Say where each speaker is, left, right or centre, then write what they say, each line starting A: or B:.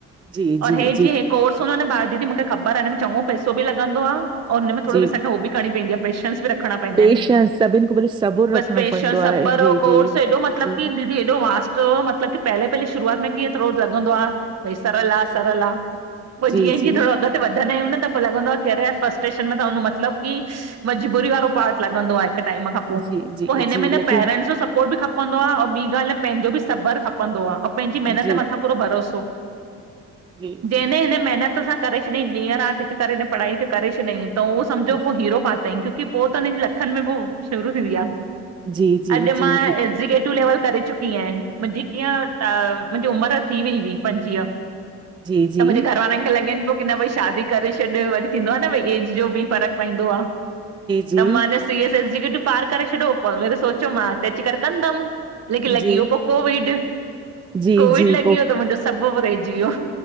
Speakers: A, on the right (about 15°); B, on the right (about 60°).
A: जी, जी,
B: और हे
A: जी,
B: जीअं हे कोर्स हूंदो न ॿार दीदी मूंखे ख़बर आ, हिन में चञो पैसो ॿि लगंदो आ, और हीन में थोङो
A: जी
B: सांखे हो ॿि करणी पवंदी आ पेशंस बि रखणा पइंदां
A: पेशेंस
B: आहिन।
A: सभिनि खां पहिरीं सबुरु
B: बस
A: रखिणो
B: पेशेंस,
A: पवंदो
B: सबर
A: आहे जी,
B: ओ कोर्स
A: जी,
B: हेएॾो मतलब
A: जी,
B: की दी एॾो वास्ट हो, मतलब की पहले पहले शुरूआत में कीअं थ्रोरज लॻंदो आ, भई सरल आ, सरल आ पोइ
A: जी,
B: जीअं
A: जी,
B: जीअं थोङो अॻिते वधंदा आहियूं न, त पो लॻंदो आ कि, अरे यार फस्टेशन में तां वञु मतलबु की मजबूरी वारो पार्ट लॻंदो आहे हिक टाइम खां पो,
A: जी, जी,
B: पो हिन
A: जी
B: में न
A: लेकिन
B: पेरेंट्स जो सपोर्ट बि खपंदो आ, ओ ॿी ॻाल्हि न पंहिंजो बि सबर खप पंदो आ, ओं पेंजीं मेहनतअ
A: जी
B: मथा पूरो भरोसो,
A: जी
B: जैं
A: जी
B: न हिन मेहनत सां करे छॾियईं, ॾींंह राति हिकु करे हिन पढ़ाई खे करे छॾईं, त उहों समझो
A: जी
B: पो हीरो पा बैक खे पो तन लखन में वो शुरू थी वीया,
A: जी जी
B: अड्
A: जी जी
B: मां एगॼक्यटीव लेवल करे चुकी आयां। मुंहिंजी कीअं, त मुंहिंजी उमर थी वई हुई, पंजुवीह।
A: जी जी जी जी
B: त मुंजे घर वारेन खे लॻेनि पो की न भई, शादी करे छॾ, वरी थींदो आहे न भई, एज़ जो बि फ़र्क़ु पइंदो आ।
A: जी
B: त मांने सीएस एगॼक्यटीव पार करे छॾियो, पो अगर सोचुयुम मां हीते अची करे कंदम लेकि लॻीयो
A: जी
B: पो कोविड,
A: जी
B: कोविड
A: जी
B: लॻी वियो त मुंहिंजो सभबु रहिजी वियो।